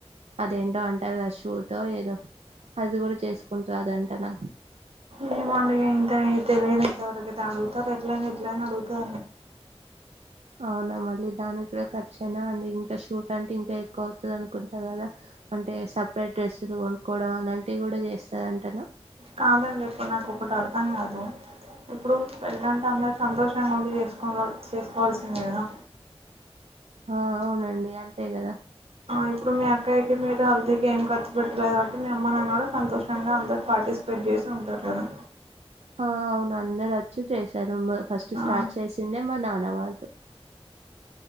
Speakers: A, on the right; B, on the right.
A: అదేంటో అంటారు కదా షూటో ఏదో అది కూడా చేసుకుంటాదంటన
B: ఏమో అండి ఇంతయి తెలీదు ఇంత వర అ అడుగుతారు ఎట్ల అనా ఎట్ల అని అడుగుతా
A: అవునా మళ్ళీ దానికి కూడా ఖర్చయినా అండ్ ఇంకా షూట్ అంటే ఇంకా ఎక్కువ అవుతుంది అనుకుంటారు కదా అంటే సపరేట్ డ్రెస్సులు కొనుక్కవడం అలాంటివి కూడా చూస్తాది అంటనా
B: కాదండి ఎప్పుడు నాకు ఒకటి అర్థం కాదు ఇప్పుడు పెళ్ళంటే అందరు సంతోషంగా ఉండి చేసుకు అలో చేసుకోవాల్సిందే కదా
A: ఆ అవునండి అంతే కదా
B: ఇప్పుడు మీ అక్కయయికి మీరు హల్తీగా ఏం ఖర్చు పెట్టలేదు కాట్టి మీ అమ్మ నన్ను కూడా సంతోషంగా అందరు పార్టిసిపేట్ చేస్తారు ఉంటారు కదా
A: ఆ అవును అందరు వచ్చి చేశారు ఫస్ట్
B: ఆ
A: స్టార్ట్ చేసిందే మా నాన్న వళ్తో